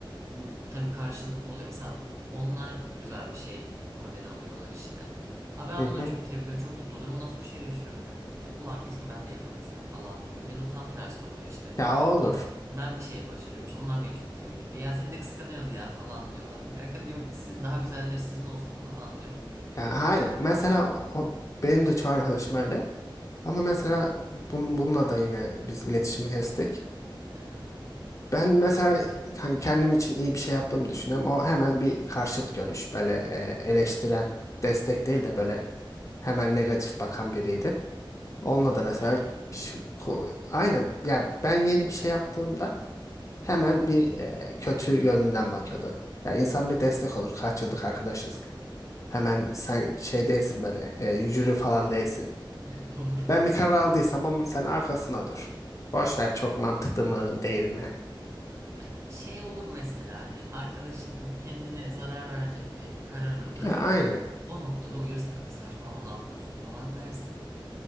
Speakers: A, on the right (about 35°); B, on the left (about 35°).
A: bu tabii karşılıklı oluyor. Mesela onlar güzel bir şey haber alıyorlar işte. Ama ben
B: Hı
A: onları
B: hı.
A: çok tebrik ediyorum. Çok mutlu oluyorum. Ondan sonra şeyleri düşünüyorum. Mesela ya ulan keşke ben de yapabilsem falan diyorum. Ya da tam tersi oluyor işte.
B: Ya o olur.
A: Ben bir şey başarıyorum. İşte onlar beni çok tebrik ediyor. Ya seni de kıskanıyoruz ya falan diyorlar. Kanka diyorum siz daha güzelleri sizin olsun falan diyorum.
B: Ya hayır. Mesela o, o- benim de çoğu arkadaşım öyle. Ama mesela bunun, bununla da yine biz iletişimi kestik.
A: Aha.
B: Ben mesela hani kendim için iyi bir şey yaptığımı düşünüyorum. O hemen bir karşıt görüş böyle e, eleştiren, destek değil de böyle hemen negatif bakan biriydi. Onunla
A: Çok
B: da mesela
A: mu eleştiriyordum?
B: şu- ko- aynen ya ben yeni bir şey yaptığımda Hemen bir e, kötü yönünden bakıyordu. Ya insan bir destek olur. Kaç yıllık arkadaşız. Hemen sen şey değilsin böyle e, jüri falan değilsin.
A: <laughs> Doğru.
B: Ben bir karar aldıysam onun sen arkasına dur. Boş ver çok mantıklı mı değil mi?
A: Hani şey olur mesela hani arkadaşın kendine zarar verecek bir karar alır.
B: Ha, aynı.
A: O noktada uyarırsın kanka saçmalama ne yapıyorsun falan dersin.